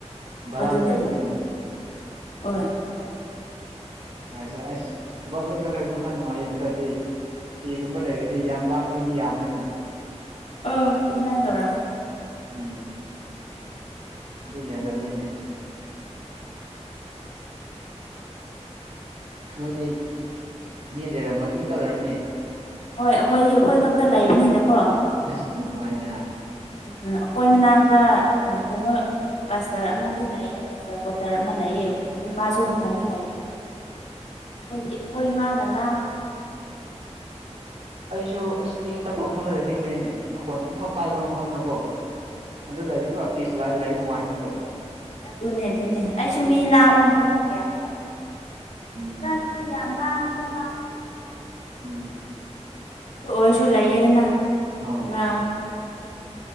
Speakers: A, on the right; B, on the left.
A: ꯚꯔꯥꯗ
B: ꯑꯗꯨꯅꯦ
A: ꯂꯩꯕꯅꯤꯅ
B: ꯍꯣꯏ
A: ꯀꯔꯤ ꯍꯥꯏꯁꯤꯔ ꯑꯁ ꯊꯕꯛ ꯂꯣꯏ ꯆꯠꯈ꯭ꯔꯗꯤ ꯅꯨꯡ ꯈꯔ ꯅꯨꯡꯉꯥꯏꯌꯦ ꯅꯠꯇ꯭ꯔꯗꯤ ꯇꯤꯒꯨꯝꯕ ꯂꯩꯔꯗꯤ ꯌꯥꯝ ꯂꯥꯡꯉꯤ ꯃꯤ ꯌꯥꯝꯕꯅꯤꯅ
B: ꯑꯣ ꯑꯗꯨꯃꯥꯏꯟ ꯇꯧꯔꯝꯃꯣ
A: ꯎꯝ ꯑꯗꯨ ꯌꯥꯗꯕꯅꯤꯅꯦ ꯅꯣꯏꯗꯤ ꯃꯤ ꯂꯩꯔꯝꯃꯣꯏ ꯏꯪꯇꯞ ꯂꯩꯔꯝꯅꯤ
B: ꯍꯣꯏ ꯑꯈꯣꯏꯗꯤ ꯑꯈꯣꯏ ꯈꯛꯇ ꯂꯩꯕꯅꯤꯅꯀꯣ
A: ꯑꯁꯤꯗꯤ ꯅꯨꯡꯉꯥꯏꯅꯦꯍꯥ
B: ꯎꯝ ꯑꯈꯣꯏ ꯃꯅꯥꯛꯇ ꯀꯩꯅꯣ ꯕꯁꯇꯔ ꯑꯃꯗꯤ ꯂꯩꯌꯦ ꯕꯁꯇꯔ ꯀꯣꯇꯔ ꯑꯃ ꯂꯩꯌꯦ ꯑꯗꯣ ꯃꯥꯁꯨꯃꯊꯟꯇ
A: ꯑꯣ
B: ꯂꯩꯕꯅꯦ ꯑꯈꯣꯏꯗꯤ ꯑꯈꯣꯏ ꯑꯉꯥꯡꯅ ꯂꯥꯡ
A: ꯑꯩꯁꯨ ꯑꯁ ꯏꯪ ꯇꯞꯄ ꯃꯐꯝꯗ ꯂꯩꯅꯤꯡꯕꯅꯤꯅꯦ ꯃꯈꯣꯟ ꯑꯃꯐꯥꯎ ꯇꯥꯗꯕ ꯃꯐꯝꯗꯀꯣ ꯑꯗꯨ ꯂꯩꯔꯗꯤ ꯄꯨ꯭ꯔꯥ ꯄꯤꯁ ꯂꯥꯏ ꯂꯩ ꯅꯨꯡꯉꯥꯏꯅꯤꯕ
B: ꯑꯗꯨꯅꯦ ꯑꯗꯨꯅꯦ ꯑꯩꯁꯨ ꯃꯤ ꯂꯥꯡꯕ ꯃꯐꯝꯗ <unintelligible>
A: ꯎꯝ
B: ꯑꯗꯨ ꯌꯥꯝ ꯂꯥꯡꯉꯤꯗ ꯂꯥꯡꯕ
A: ꯎꯝ
B: ꯑꯗꯨ ꯑꯣꯏꯔꯁꯨ ꯂꯩꯌꯦꯗꯅ
A: ꯑꯥ
B: ꯈꯨꯂꯥꯡꯗ‌ꯣ